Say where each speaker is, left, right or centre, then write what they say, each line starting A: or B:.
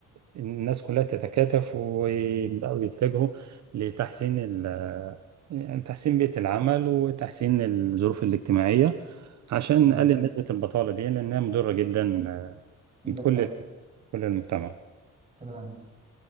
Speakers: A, on the right; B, on the right.
A: الناس كلها تتكاتف ويبدأوا يتجهوا لتحسين ال يعني تحسين بيئة العمل وتحسين الظروف الاجتماعية عشان
B: تمام
A: نقلل نسبة البطالة دي لأنها مضرة جدا
B: بالطبع
A: بكل كل المجتمع.
B: تمام